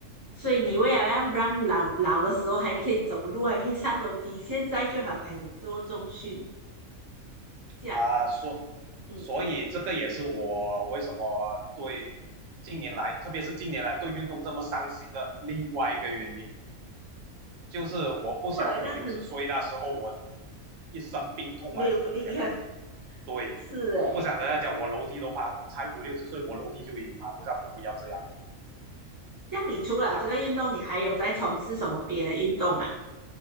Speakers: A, on the right; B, on the right.
A: 所以你为了要让老老的时候还可以走路，还可以上楼梯，现在就好开始做中训，这样，
B: 啊所所以这个也是我为什么
A: 嗯，
B: 对近年来，特别是近年来对运动这么上心的另外一个原因。就是我不想五六十岁那时候我
A: 我那很
B: 一身病痛还是怎么样子。
A: 没有力啊，<laughs>
B: 对，
A: 是诶。
B: 我不想等下讲我楼梯都爬，才五六十岁我楼梯就已经爬不上，我不要这样。
A: 像你除了这个运动，
B: 我还
A: 你还有在从事什么别的运动吗？